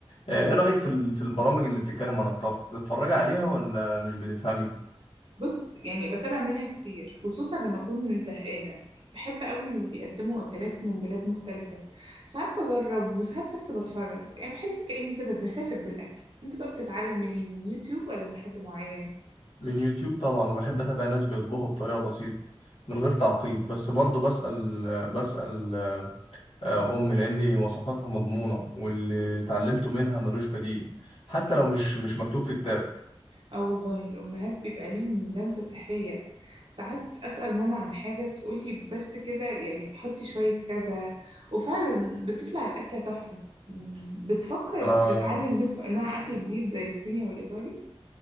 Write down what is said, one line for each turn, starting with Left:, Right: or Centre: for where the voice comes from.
Left: آه، ايه رايك في ال- في البرامج اللي بتتكلم عن الطبخ بتتفرجي عليها ولا مش بتفهمي
Right: بص يعني بتابع منها كتير خصوصا لما أكون زهقانة بحب قوي اللي بيقدموا أكلات من بلاد مختلفة ساعات بجرب وساعات بس بتفرج يعني بحس كأني كده بسافر بالأكل أنت بقى بتتعلم منين من يوتيوب ولا من حد معين؟
Left: من يوتيوب طبعا وبحب اتابع ناس بيطبخوا بطريقه بسيطه من غير تعقيد بس برضه بسأل بسأل آه، امي لان وصفاتها مضمونه واللي اتعلمته منها ملوش بديل حتى لو مش مش مكتوب في كتاب
Right: آه والله الأمهات بيبقى ليهم لمسة سحرية ساعات أسأل ماما عن حاجة تقولي بس كده يعني حطي شوية كذا وفعلا بتطلع الأكلة تحفة بتفكر
Left: انا
Right: تتعلم نوع نوع أكل جديد زي الصيني والإيطالي؟